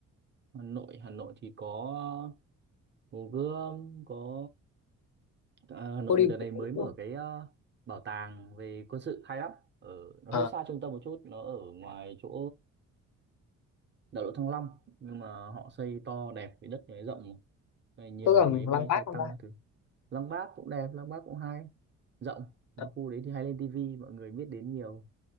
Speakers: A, on the right (about 35°); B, on the left (about 70°).
A: Hà Nội Hà Nội thì có Hồ Gươm có à, Hà Nội
B: có đi
A: người đợt này
B: bộ
A: mới
B: đúng
A: mở
B: không?
A: cái ờ, bảo tàng về quân sự hay lắm ở nó
B: à,
A: hơi xa trung tâm một chút nó ở ngoài chỗ đại lộ Thăng Long nhưng mà họ xây to đẹp với đất này rộng này nhiều
B: có gần
A: máy bay
B: Lăng Bác
A: xe
B: không
A: tăng
B: ta
A: các thứ Lăng Bác cũng đẹp Lăng Bác cũng hay rộng mà
B: à,
A: khu đấy thì hay lên tivi mọi người biết đến nhiều